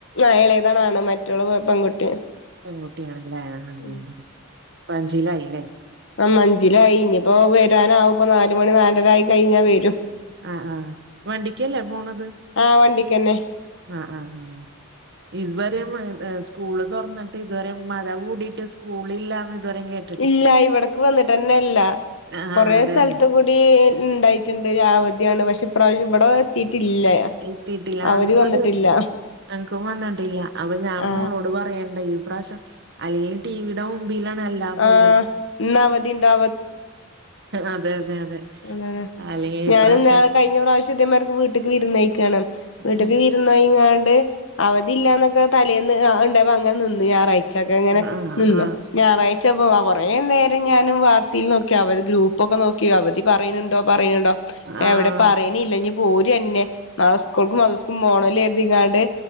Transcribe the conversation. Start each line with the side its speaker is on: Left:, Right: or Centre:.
Left: ആ എളെതാണ് ആണ് മറ്റോള് പെൺകുട്ടി
Right: പെൺകുട്ടി ആണല്ലേ
Left: ഉം
Right: ഇപ്പ അഞ്ചിലായില്ലേ
Left: അം അഞ്ചില് ആയി ഇനി ഇപ്പോ വരാനാവും ഇപ്പ നാല് മണി നാലരായി കഴിഞ്ഞാൽ വരും
Right: ആ ആഹ് വണ്ടിക്കല്ലേ പോണത്
Left: ആഹ് വണ്ടിക്കെന്നെ
Right: ആ ഹ ആഹ് ഇതുവരെം ഏ സ്കൂള് തുറന്നിട്ട് ഇതുവരെം മഴ കൂടീട്ട് സ്കൂള് ഇല്ലാന്ന് ഇതുവരെം കേട്
Left: ഇല്ല ഇവടക്ക് വന്നിട്ട്ന്നെല്ല
Right: ആഹ്
Left: കൊറെ
Right: അതന്നെ
Left: സ്ഥലത്ത് കൂടി ഇണ്ടായിട്ട്ണ്ട് അവധിയാണ് പക്ഷെ ഇപ്രാവശ്യം ഇമ്പടെ എത്തിയിട്ടില്ല
Right: എത്തീട്ടില്ല
Left: അവധി
Right: ആഹ്
Left: വന്നിട്ടില്ല
Right: <unintelligible> അൻക്കും വന്നിട്ടില്ല അപ്പോ ഞാൻ
Left: ആ
Right: മോളോട് പറയേണ്ടായി ഇപ്രാവശ്യം അല്ലെങ്കി ടിവിടെ മുമ്പിലാണ് എല്ലാ കൊല്ലോം
Left: ആ ഇന്ന് അവധിയുണ്ടോ
Right: അതെ അതെ അതെ
Left: എന്താണ്
Right: അല്ലെങ്കിൽ
Left: ഞാൻ
Right: ഈ പ്രാവശ്യം
Left: ഇന്നാള് കഴിഞ്ഞ പ്രാവ ശ്യം ഇതെമാരി വീട്ട്ക്ക് വിരുന്നേക്കണ് വീട്ട്ക്ക്
Right: ഉം
Left: വിരുന്നോയിങ്ങാണ്ട് അവധില്ലന്നൊക്കെ തലേന്ന് ഇണ്ടായിപ്പോ അങ്ങനെ നിന്നു ഞായറാഴ്ച്ചൊക്കെ അങ്ങനെ
Right: ആഹ്
Left: നിന്നു
Right: ആഹ്
Left: ഞായറായ് ച്ചപ്പോവാ കൊറേ നേരം ഞാനും വാർത്തയിൽ നോക്കി അവ ഗ്രൂപ്പ് ഒക്കെ നോക്കി അവധി പറയ്നുണ്ടോ പറയ്നുണ്ടോ
Right: ആഹ്
Left: എവടെ പറയണില്ല ഇനി പോരെന്നെ നാളെ സ്കൂൾക്കും മദ്രസ് പോണോലെ എന്നിങ്ങാണ്ട്